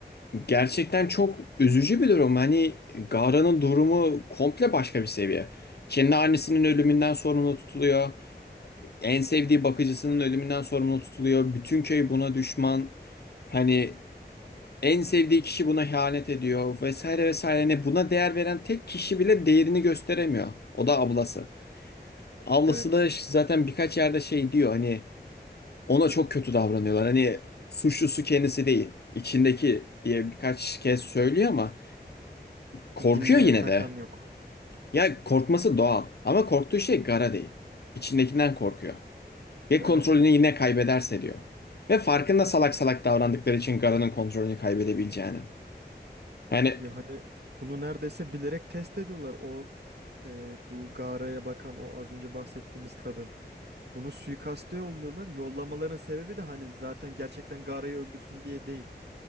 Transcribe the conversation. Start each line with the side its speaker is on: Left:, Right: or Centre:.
Left: gerçekten çok üzücü bir durum. Hani Gara'nın durumu komple başka bir seviye. Kendi annesinin ölümünden sorumlu tutuluyor. En sevdiği bakıcısının ölümünden sorumlu tutuluyor. Bütün köy buna düşman. Hani en sevdiği kişi buna ihanet ediyor vesaire vesaire. Hani buna değer veren tek kişi bile değerini gösteremiyor. O da ablası. Ablası
Right: Evet.
Left: da ş- zaten birkaç yerde şey diyor hani ona çok kötü davranıyorlar. Hani suçlusu kendisi değil, içindeki diye birkaç kez söylüyor ama korkuyor
Right: Dinleyen
Left: yine
Right: takan
Left: de.
Right: yok.
Left: Ya korkması doğal ama korktuğu şey gara değil. İçindekinden korkuyor. Ve
Right: Evet.
Left: kontrolünü yine kaybederse diyor. Ve farkında salak salak davrandıkları için Gara'nın kontrolünü kaybedebileceğini. Yani
Right: Ya hani bunu neredeyse bilerek test ediyorlar. O e, bu Gara'ya bakan o az önce bahsettiğimiz kadın. Bunu suikaste yolluyorlar. Yollamaların sebebi de hani zaten gerçekten Gara'yı öldürsün diye değil.